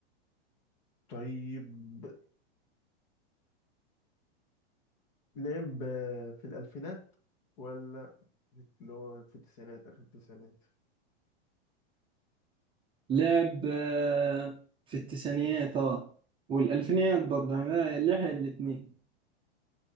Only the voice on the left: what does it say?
طيب لعب آه، في الألفينات ولا اللي هو في التسعينات آخر التسعينات